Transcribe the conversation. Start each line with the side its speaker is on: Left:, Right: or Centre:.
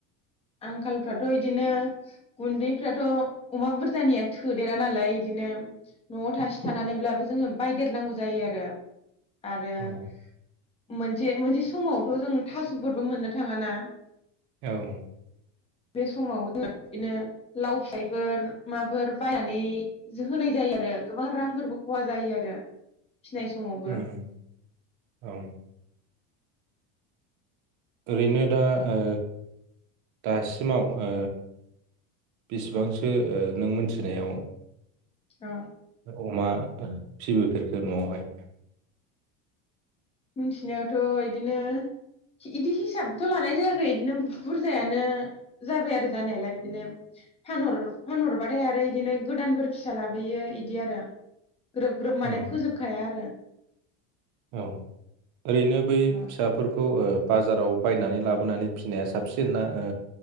Left: आंखालफ्राथ' बिदिनो गुन्दैफ्राथ' अमा बुरजानिया थोदेरा नालाय बिदिनो न'आव थासे थानानैब्लाबो जोङो बायदेरनांगौ जायो आरो आरो मोन
Right: औ
Left: मोनसे मोनसे समावथ' जों थास'फोरबो मोननो थाङा ना
Right: औ
Left: बे समाव बिदिनो लाव फिथाइफोर माफोर बायनानै होनाय जायो आरो गोबां रांफोरबो खहा जायो आरो फिनाय समावबो
Right: ओम औ ओरैनो दा ओ दासिमाव ओ बेसिबांसो ओ नों मोनथिनायाव
Left: अ
Right: अमा फिसिबुफेरखो न'आवहाय
Left: मिथिनायावथ' इदिनो इदि हिसाबथ' लानाय जायाखै बिदिनो बुरजायानो जाबाय आरो जानायालाय बिदिनो फानहर फानहरबाथाय आरो इदिनो गोदानफोर फिसा लाबोयो इदि आरो ग्रोब ग्रोब माने
Right: औ
Left: फोजोबखाया आरो
Right: औ ओरैनो बै
Left: अ
Right: फिसाफोरखौ ओ बाजाराव बायनानै लाबोनानै फिसिनाया साबसिन ना ओ